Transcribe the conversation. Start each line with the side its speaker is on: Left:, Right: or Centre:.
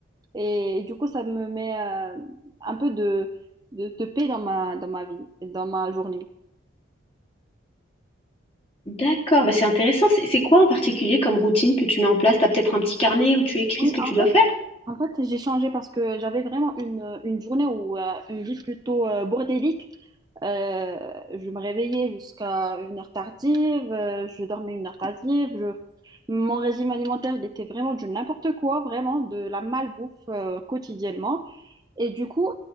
Right: Et, du coup, ça me met euh, un peu de, de, de paix dans ma, dans ma vie, et dans ma journée.
Left: D'accord, bah c'est intéressant. C'est c'est quoi en particulier comme routine que tu mets en place? T'as peut-être un petit carnet où tu écris
Right: Oui,
Left: ce que
Right: en
Left: tu dois faire?
Right: fait, en fait j'ai changé parce que j'avais vraiment une, une journée ou euh, une vie plutôt euh, bordélique. Euh, je me réveillais jusqu'à une heure tardive, euh, je dormais une heure tardive, je- mon régime alimentaire, il était vraiment du n'importe quoi, vraiment de la malbouffe euh, quotidiennement. Et du coup,